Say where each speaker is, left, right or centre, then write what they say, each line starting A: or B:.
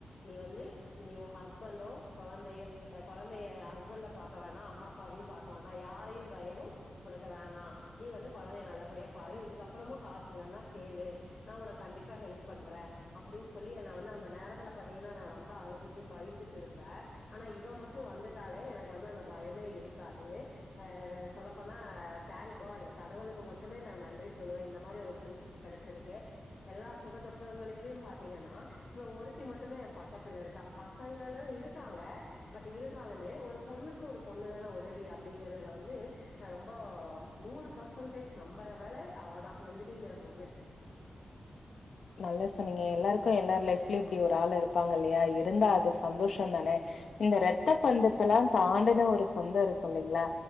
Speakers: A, on the left; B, on the left.
A: நீ வந்து நீ ஒ ஹஸ்பண்டோ கொழந்தையோ அ கொழந்தய ஹஸ்பண்ட பாக் க்க வேணா அம்மா அப்பாவையு பாக்க வேணா யாரையு தயவு ஒனக்கு வேணா நீ வந்து கொழந்தய நல்லபடியா பாரு இதுக்கப்றமு காசு இல்லன்னா கேளு நா ஒனக்கு கண்டிப்பா ஹெல்ப் பண்றே அப்டின்னு சொல்லி என்ன வந்து அந்த நேரத்துல பாத்தீங்கன்னா நா ரொம்ப அழுதுட்டு பய்ந்துட்டு இருப்பே ஆனா இவ மட்டு வந்துட்டாலே எனக்கு வந்து அந்த பயமே இருக்காது ஆ சொல்லப்போனா தேங்க் காட் கடவுளுக்கு மட்டுமே நா நன்றி சொல்வே இந்த மாரி ஒரு ஃப்ரெண்ட்ஷிப் கடச்சதுக்கு எல்லா சுக துக்கங்களிலயு பாத்தீங்கன்னா இவ ஒருத்தி மட்டுதா ஏ பக்கத்துல இருக்கா பசங்களு இருக்காங்க பட் இருந்தாலுமே ஒரு பொண்ணுக்கு ஒரு பொண்ணுதான உதவி அப்டிங்கறதுல வந்து ஆனா ரொம்ப நூறு பர்சன்டேஜ் நம்புறவல அவதா நந்தினிங்கற பொண்ணு
B: நல்லா சொன்னிங்க எல்லாருக்கு எல்லாரு லைஃப்லு இப்டி ஒரு ஆளு இருப்பாங்கில்லையா இருந்தா அது சந்தோஷோ தான இந்த ரெத்த தந்தத்தெல்லா தாண்டுன ஒரு சொந்தோ இருக்குல்லைங்களா